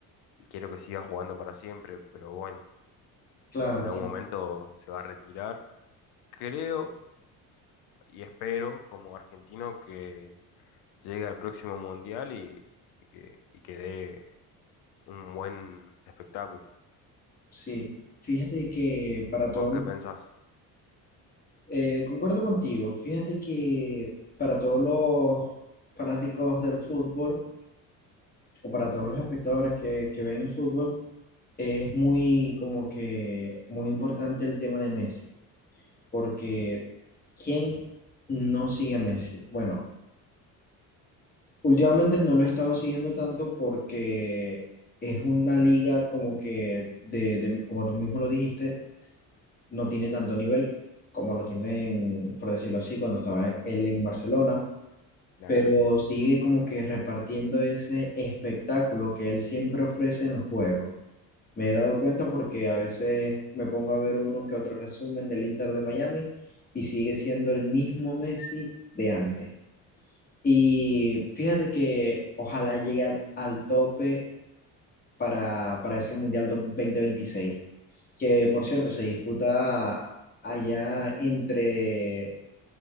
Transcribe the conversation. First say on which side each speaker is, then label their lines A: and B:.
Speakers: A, on the left; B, on the left.
A: y quiero que siga jugando para siempre, pero bueno,
B: Claro,
A: en
B: claro.
A: algún momento se va a retirar. Creo y espero como argentino que llegue al próximo mundial y, y que, y que dé un buen espectáculo.
B: Sí, fíjate que para todos,
A: ¿Vos qué
B: los-
A: pensás?
B: eh, concuerdo contigo, fíjate que para todos los fanáticos del fútbol o para todos los espectadores que, que ven el fútbol, es muy como que muy importante el tema de Messi. porque ¿quién no sigue a Messi? Bueno, últimamente no lo he estado siguiendo tanto porque es una liga como que, de, de- como tú mismo lo dijiste, no tiene tanto nivel como lo tienen, por decirlo así, cuando estaba él en Barcelona,
A: Claro.
B: pero sigue como que repartiendo ese espectáculo que él siempre ofrece en los juegos. Me he dado cuenta porque a veces me pongo a ver uno que otro resumen del Inter de Miami y sigue siendo el mismo Messi de antes. Y fíjate que ojalá llegue a- al tope para, para ese Mundial dos do- veintiséis que por cierto se disputa allá entre,